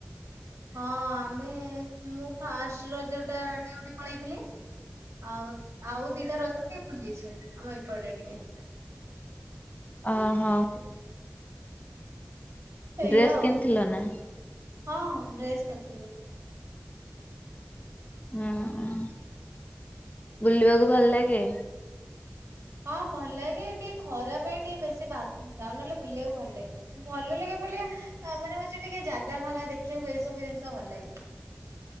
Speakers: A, on the right; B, on the left.
A: ହଁ, ଆମେ ମୁଁ ଫାଷ୍ଟେ ରଜଟା ଡିୟୁଟି ପଳେଇଥିଲି। ଆଉ ଆଉ ଦିଟା ରଜରେ ବୁଲିଛେ, ଆମ ଏପଟେ ଟିକେ।
B: ଅ ହ।
A: <unintelligible> ସେଇଆ
B: ଡ୍ରେସ୍
A: ଆଉ।
B: କିଣିଥିଲ ନା?
A: ହଁ ଡ୍ରେସ୍ କରିଥିଲେ।
B: ହୁଁ ହୁଁ। ବୁଲିବାକୁ ଭଲ ଲାଗେ?
A: ହଁ ଭଲ ଲାଗେ, ଟିକେ ଖରା ପାଇଁ ଟିକେ ବେଶୀ ବାଧେ, ଆଉ ନହେଲେ ବୁଲିବାକୁ ଭଲ ଲାଗେ। ଭଲ ଲାଗେ ବୁଲିଆକୁ, ମାନେ ହଉଛି ଟିକେ ଜାଗା ଫାଗା ଦେଖିବାକୁ ଏଇ ସବୁ ଜିନିଷ ଭଲ ଲାଗିବ।